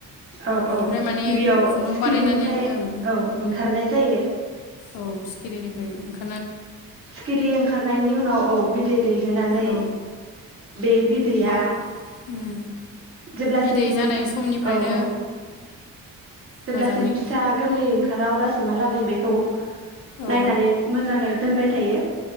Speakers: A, on the right; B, on the left.
A: औ
B: बेनिफ्राय
A: औ
B: माने
A: गिबियाव
B: खुन्दुं
A: सिखिरिनिफ्राय
B: बानायनानै ओं
A: औ ओंखारनाय जायो।
B: औ सिखिरिनिफ्राय ओंखार
A: सिखिरि ओंखारनायनि उनाव औ बिदै दैहोनानै
B: औ
A: बे बिदैया
B: बेखौ उम
A: जेब्लासिम
B: बिदै जानाय समनिफ्रायनो
A: औ औ जेब्लासिम
B: मोजाङै
A: फिसा गोरलै ओं खारा अब्लासो मालागै बेखौ
B: औ
A: नायनानै मोजाङै दोनबाय थायो